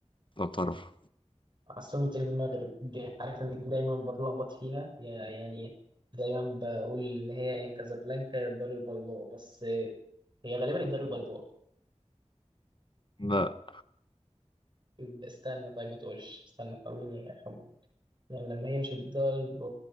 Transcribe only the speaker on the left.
لو تعرف
لا